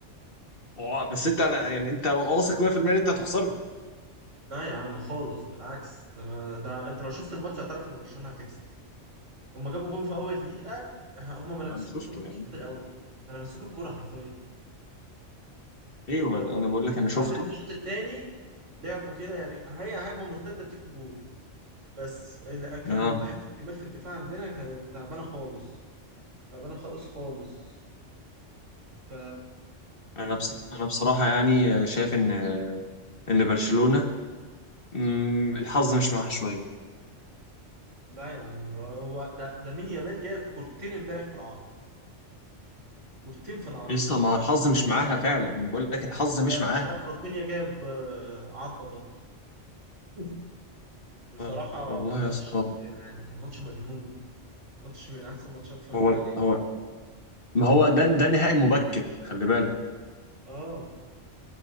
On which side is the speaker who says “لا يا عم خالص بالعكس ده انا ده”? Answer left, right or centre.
Right